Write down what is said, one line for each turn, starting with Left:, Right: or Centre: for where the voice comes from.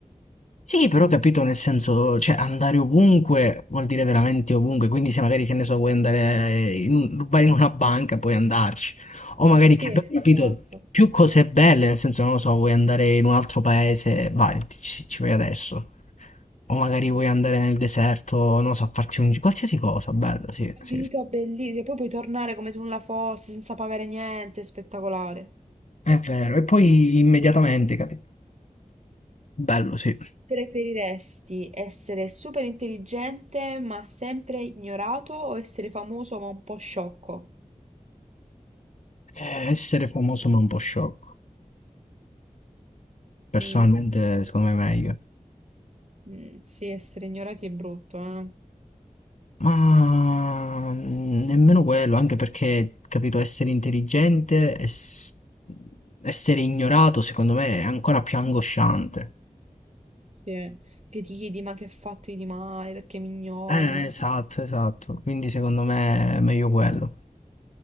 Left: Sì, però capito nel senso, cioè andare ovunque vuol dire veramente ovunque, quindi se magari che ne so, vuoi andare in, un- vai in una banca, puoi andarci, o magari
Right: Sì,
Left: che, capito,
Right: esatto.
Left: più cose belle, nel senso, non lo so, vuoi andare in un altro paese, vai, ci, ci vai adesso, o magari vuoi andare nel deserto, non lo so, a farti un gi- qualsiasi cosa, bello, sì,
Right: Capito?
Left: sì, sì.
Right: Bellissimo. E Poi puoi tornare come se nulla fosse, senza pagare niente, è spettacolare.
Left: È vero, e poi immediatamente, capito? Bello, sì.
Right: Preferiresti essere superintelligente ma sempre ignorato o essere famoso ma un po' sciocco?
Left: Eh, essere famoso ma un po' sciocco, personalmente
Right: Mm,
Left: secondo me è meglio.
Right: mm, sì, essere ignorati è brutto, eh.
Left: Ma mhmm, nemmeno quello, anche perché, capito, essere intelligente, ess- essere ignorato, secondo me, è ancora più angosciante.
Right: Sì, che ti chiedi ma che ho fatto io di male, perché mi ignorano?
Left: Eh, esatto,
Right: Sì,
Left: esatto. Quindi secondo me è meglio quello.